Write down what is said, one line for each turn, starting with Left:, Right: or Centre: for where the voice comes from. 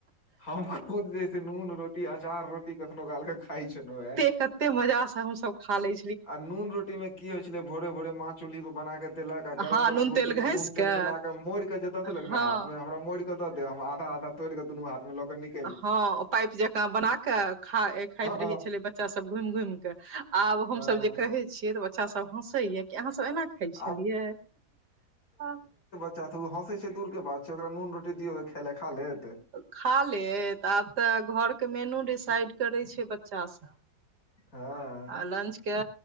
Left: हम खुद बेसी नून रोटी अचार रोटी कखनो कालके खााय छलहु हे
Right: से कते मजा से हम सब खा ले
Left: आ नून रोटी मे की होइ छलै भोरे भोरे माछ चूल्हिी पर बना के देलक आ गरम
Right: हँ
Left: गरम
Right: नून
Left: रोटी
Right: तेल
Left: मे
Right: घैस
Left: नून तेल
Right: कऽ
Left: मिला केे मोड़ के जे देलक
Right: हँ
Left: ने हाथ मे हमरा मोड़ के द दे हम आधा आधा तोड़िक के दुनू हाथ मे लऽ के निक
Right: हँ पाइप जकाँ बना कऽ खा खाइत
Left: हँ
Right: रहै छलै बच्चा सभ घुमि घुमि कऽ आब हमसभ
Left: हँ
Right: जे कहे छियै तऽ बच्चा सब हँसे या कि अहाँ सब एना खाइ छलियै
Left: आब
Right: आ
Left: ओ हँसै छै दूर के बात छै ओकरा नून रोटी दौ ख खा लेत
Right: खा लेत आब तऽ घरके मेनू डिसाइड करै छै बच्चा सब
Left: हँ
Right: आ लंच के